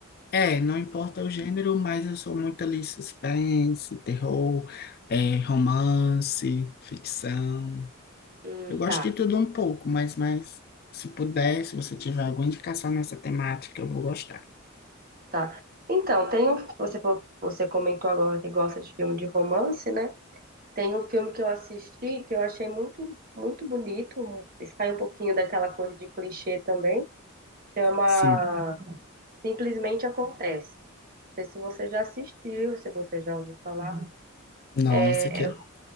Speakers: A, on the left; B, on the right.
A: É, não importa o gênero, mas eu sou muito ali suspense, terror, é, romance, ficção.
B: Hum,
A: Eu gosto
B: tá,
A: de tudo um pouco, mas, mas se puder, se você tiver alguma indicação nessa temática, eu vou gostar.
B: tá. Então, tem um, você falou- você comentou agora que gosta de filme de romance, né? Tem um filme que eu assisti que eu achei muito muito bonito, sai um pouquinho daquela coisa de clichê também. Chama
A: Sim.
B: Simplesmente acontece. Não sei se você já assistiu, se você já ouviu falar.
A: Nossa,
B: É,
A: que,